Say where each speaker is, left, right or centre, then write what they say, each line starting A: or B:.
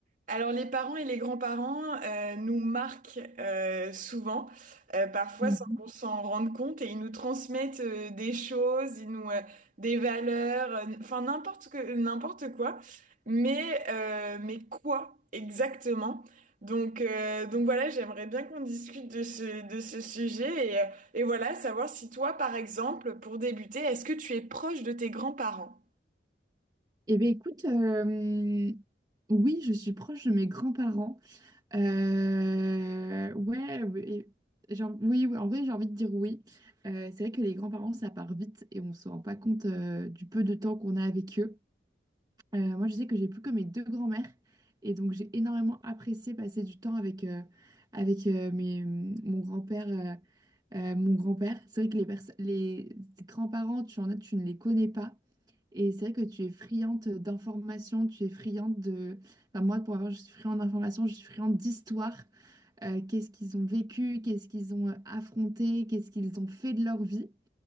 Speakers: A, on the right (about 45°); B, on the right (about 20°).
A: Alors les parents et les grands-parents euh, nous marquent euh, souvent, euh, parfois
B: Mhm.
A: sans qu'on s'en rende compte, et ils nous transmettent euh, des choses, ils nous euh, des valeurs, euh, enfin n'importe que n'importe quoi, mais euh, mais quoi exactement? Donc euh, donc voilà, j'aimerais bien qu'on discute de ce de ce sujet et euh, et voilà savoir si toi par exemple pour débuter, est-ce que tu es proche de tes grands-parents?
B: Eh bien, écoute, euh, oui, je suis proche de mes grands-parents. Euh, ouais, oui, j'ai en- oui, oui, en vrai, j'ai envie de dire oui. Euh, c'est vrai que les grands-parents, ça part vite et on ne se rend pas compte euh, du peu de temps qu'on a avec eux. Euh, moi, je sais que j'ai plus que mes deux grands-mères et donc j'ai énormément apprécié passer du temps avec, euh, avec euh, mes, mon grand-père. euh, euh, mon grand-père, c'est vrai que les, perso- les grands-parents, tu en as, tu ne les connais pas. Et c'est vrai que tu es friande d'informations, tu es friande de... Enfin, moi, pour avoir, je suis friande d'informations, je suis friande d'histoire. Euh, qu'est-ce qu'ils ont vécu, qu'est-ce qu'ils ont euh, affronté, qu'est-ce qu'ils ont fait de leur vie.